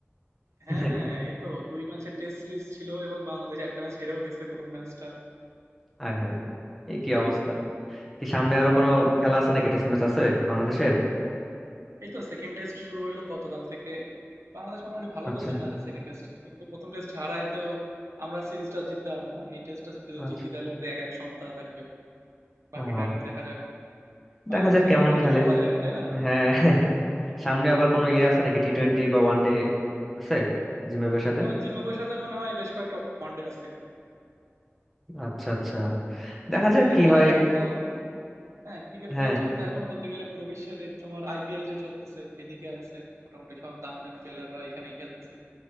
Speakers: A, on the right (about 85°); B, in the centre.
A: হ্যাঁ
B: <laughs>
A: হ্যাঁ এই তো দুই ম্যাচের টেস্ট সিরিজ ছিল এবং বাংলাদেশ একটা ম্যাচ হেরেও গেছে প্রথম ম্যাচটা
B: হায় হায় এই কি অবস্থা কি সামনে আরো কোনো খেলা আছে নাকি টেস্ট ম্যাচ আছে বাংলাদেশের
A: এই তো সেকেন্ড টেস্ট শুরু হলো গতকাল থেকে বাংলাদেশ মোটামুটি ভালো
B: আচ্ছা
A: পজিশন আছে সেকেন্ড টেস্টে কিন্তু প্রথম টেস্ট হারাইতেও আমরা সিরিজটা জিততে পারবো না এই টেস্টটা যদি
B: আচ্ছা
A: জিতি তাহলে হয়তো এক এক সমতা থাকবে বাকিটা
B: ও
A: এখন দেখা যাক
B: দেখা
A: বাংলাদেশের
B: যাক কেমন
A: কথা তো কিছু
B: খেলে
A: বলা যায় না তাই না
B: হ্যাঁ <laughs> সামনে আবার কোনো ইয়ে আছে নাকি টি টোয়েন্টি বা ওয়ান ডে আছে জিম্বাবুয়ের সাথে
A: আহ, জিম্বাবুয়ের সাথে মনে হয় বেশ কয়েকটা ওয়ানডে আছে
B: আচ্ছা আচ্ছা দেখা
A: ক্রিকেট
B: যাক কি
A: খেলার
B: হয়
A: চোখ তো হ্যাঁ ক্রিকেট
B: হ্যাঁ
A: খেলার চোখ তো এখন বলতে গেলে পুরো বিশ্বের এই তোমার আইপিএল যে চলতেছে এদিকে আছে মোটামুটি সব দামি দামি প্লেয়াররা এখানেই খেলতেছে